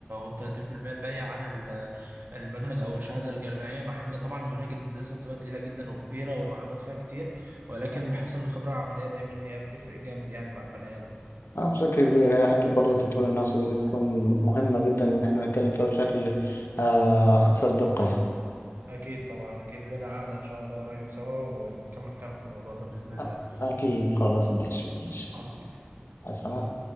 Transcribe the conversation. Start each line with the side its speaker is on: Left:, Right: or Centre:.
Right: و30% الباقيه عن ال- المنهج او الشهاده الجامعيه مع ان طبعا مناهج الهندسه بتبقى تقيله جدا وكبيره والمعلومات فيها كتير ولكن بحس ان الخبره العمليه دايما هي بتفرق جامد يعني مع البني ادم
Left: اه بشكل كبير هي حته برضه تطوير النفس دي بتكون مهمه جدا ان احنا نتكلم فيها بشكل آه اكثر دقه يعني
Right: اكيد طبعا اكيد لنا قعده ان شاء الله قريب سوا ونكمل كلام في الموضوع ده باذن الله
Left: أ- اكيد خلاص ماشي ماشي
Right: حبيبي
Left: حسنا